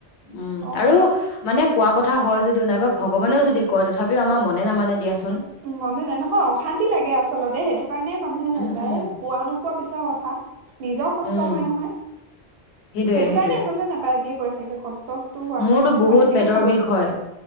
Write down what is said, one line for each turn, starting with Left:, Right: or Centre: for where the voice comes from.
Left: উম,
Right: অ
Left: আৰু মানে কোৱা কথা হয় যদিও, নাইবা ভগৱানেও যদি কয় তথাপিও আমাৰ মনে নামানে দিয়াচোন।
Right: উম, মানে নহয়। অশান্তি লাগে আচলতে। সেইটো কাৰণে মানুহে নাযায়ে।
Left: উম উম
Right: পোৱা-নোপোৱা পিছৰ ক থা নিজৰ কষ্ট
Left: উম
Right: হয়, নহয়।
Left: সেইটোয়ে
Right: সেইটো
Left: সেইটোয়ে
Right: কাৰণে আচলতে নাপায় বুলি কৈ চাগে, কষ্টটো হোৱা
Left: মোৰতো
Right: কাৰণে।
Left: বহুত
Right: মই তেনেকৈ
Left: পেটৰ
Right: ভাবো
Left: বিষ
Right: আৰু।
Left: হয়।